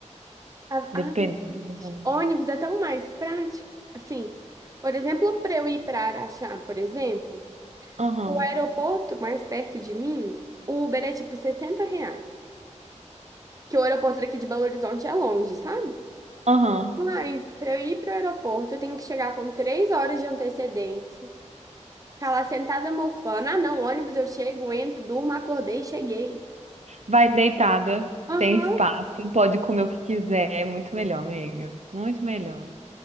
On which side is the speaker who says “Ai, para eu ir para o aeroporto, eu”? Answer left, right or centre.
Right